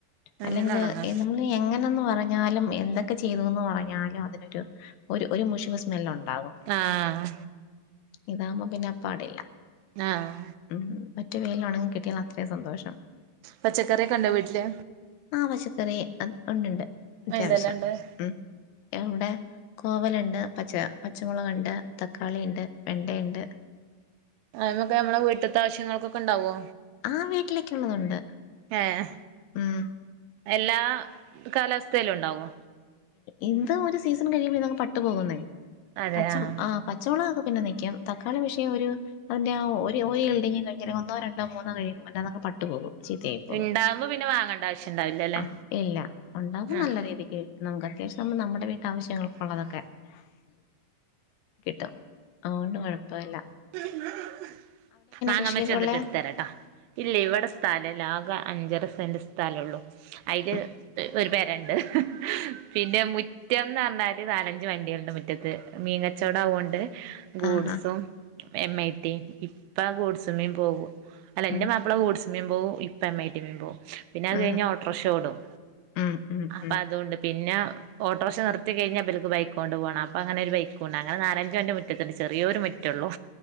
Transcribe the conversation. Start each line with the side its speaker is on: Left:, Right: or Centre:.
Right: അങ്ങനെ
Left: അല്ലെങ്കിൽ
Right: ഒണങ്ങാ
Left: എ നമ്മള് എങ്ങനെന്ന് പറ ന്നാലും എന്തൊക്കെ ചെയ്തുന്ന് പറഞ്ഞാലും അതിനൊരു ഒരു ഒരു മുഷ് ഷ് നെല്ലുണ്ടാകും
Right: ആഹ്
Left: ഇതാകുമ്പോ പിന്നെ അപ്പാടില്ല
Right: ആഹ്
Left: മം മറ്റെ വെയില ഉണങ്ങി കിട്ടിയാൽ അത്രയും സന്തോഷം
Right: പച്ചക്കറിയൊക്കെണ്ടോ വീട്ടില്
Left: ആ പച്ചക്കറി ഉണ്ട്ണ്ട് അത്യാവശ്യം
Right: എന്തെല്ലാം ഇണ്ട്
Left: ഉം ഇവിടെ കോവലുണ്ട് പച്ച പച്ചമുളകുണ്ട് തക്കാളി ഉണ്ട് വെണ്ടയുണ്ട്
Right: അയിമൊക്കെ മ്മളെ വീട്ട്ത്തെ ആവശ്യങ്ങൾക്കെ ക്കണ്ടാവോ
Left: ആ വീട്ടിലേക്കുള്ളതുണ്ട്
Right: ഏഹ്
Left: ഉം
Right: എല്ലാ കാലാവസ്ഥലും ഉണ്ടാവോ?
Left: ഇന്തോ ഒരു സീസൺ കഴിയുമ്പോ പട്ടു പോകുന്നേ
Right: അതെ
Left: പച്ച
Right: ആഹ്
Left: ആ <unintelligible> ച്ചവളംക്കെ പിന്നെ നിൽക്കാം തക്കാളി വിഷയം ഒരു അതിന്റെ ഒരു ഒരു ഹിൽഡി കഴഞ്ഞാലൽ ഒന്നോ, രണ്ടോ, മൂന്നോ കഴിയും അല്ലാതെ അങ് പട്ടു പോകും. ചീത്തയായി പോയി
Right: ഇണ്ടാവുമ്പോ പിന്നെ വാങ്ങണ്ട ആവശ്യം ഇണ്ടാവില്ലല്ലേ
Left: ആഹ് ഇല്ല ഉണ്ടാവുമ്പോ
Right: ആഹ്
Left: നല്ല രീതിക്ക് <unintelligible> നമുക്ക് അത്യാവശ്യം നമ്മ നമ്മുടെ വീട്ട ആവശ്യങ്ങൾക്കുള്ളതൊക്കെ കിട്ടും. തോണ്ട് കുഴപ്പല്ല
Right: <unintelligible> മാങ്ങമ്മച്ച
Left: കൃഷിയൊക്കെ
Right: വന്നിട്ട്
Left: ഉള്ളേ
Right: എടുത്ത തരാട്ടാ ഇല്ല ഇവിടെ സ്ഥലല്ല ആകെ അഞ്ചര സെൻറ് സ്ഥല ഒള്ളൂ. അയില്
Left: ഉം
Right: ഒരു പെരണ്ട് പിന്നെ മു <unintelligible> എന്ന് പറഞ്ഞാല് നാലഞ്ച് വണ്ടികളുണ്ട് മുറ്റത്ത് മീങ്ങച്ചവടം ആവുകൊണ്ട് ഗൂഡ്സും
Left: ആഹാ
Right: എം ഐ ടി ഇപ്പ ഗൂഡ്സ്മേം പോകും. അല്ല എന്റെ
Left: ഉം
Right: മാപ്പ്ള വൂട്സ് മീ പോവും ഇപ്പ എം ഐ ടി മീ പോവും പിന്നെ അത്
Left: ഉം
Right: കഴിഞ്ഞ ഓട്ടോറിക്ഷോടും.
Left: ഉം ഉം
Right: അപ്പ
Left: ഉം
Right: അതുകൊണ്ട് പിന്നെ ഓട്ടോർക്ഷ നിർത്തി കഴിഞ്ഞാ ഇബൽക്ക് ബൈക്ക് കൊണ്ട് പോണം അപ്പ അങ്ങനെ ഒരു ബൈക്കുണ്ട് അങ്ങന നാലഞ്ച് വണ്ടി മു മറ്റ തന്നെ ചെറിയൊരു മിറ്റുള്ളോ